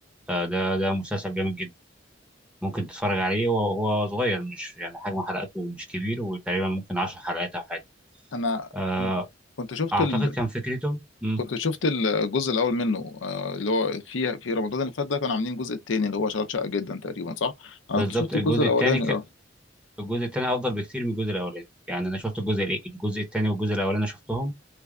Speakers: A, in the centre; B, on the left.
A: آه ده ده مسلسل جامد جدا ممكن تتفرج عليه وهو صغير مش يعني حجم حلقاته مش كبير وتقريبا ممكن 10 حلقات او حاجه
B: انا
A: آه
B: كن- كنت شفت
A: اعتقد
B: ال...
A: كان فكرته مم،
B: كنت شفت الجزء الاول منه آه، اللي هو في في رمضان اللي فات ده كانوا عاملين الجزء التاني اللي هو شغال شقه جدا تقريبا صح انا
A: بالظبط
B: كنت شفت
A: الجزء
B: الجزء الاولاني
A: الثاني ك...
B: ده
A: الجزء الثاني افضل بكتير من الجزء الاولاني يعني انا شفت الجزء الجزء الثاني والجزء الاولاني شفتهم